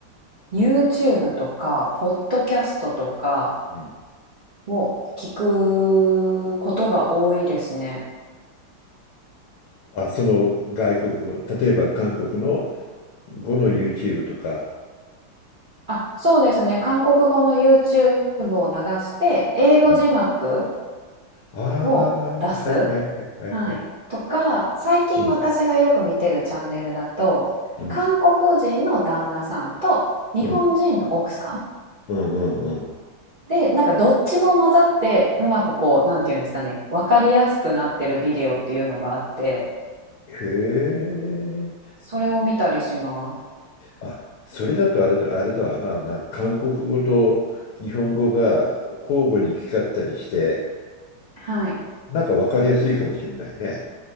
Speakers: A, on the right (about 85°); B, on the left (about 80°).
A: YouTube とか、ポッドキャストとか
B: うん。
A: を聞くことが多いですね。
B: あ、その外国語、例えば韓国の語の YouTube とか、
A: あ、そうですね。韓国語の YouTube を流して、英語字幕
B: うん。ああ、
A: を出す。
B: はいはいはいはいはい。
A: はい。とか、最近私がよく見てるチャンネルだと、
B: うん、うん、
A: 韓国人の旦那さんと日本人の奥さん
B: うん、うん、うん。うん
A: で、なんかどっちも混ざって、うまくこう、なんていうんですかね、わかりやすくなってるビデオっていうのがあって、
B: へえ。
A: それを見たりします。
B: あ、それだとあれだ、あれだわな、なんか韓国語と日本語が交互に行き交ったりして、
A: はい。
B: なんか分かりやすいかもしれないね。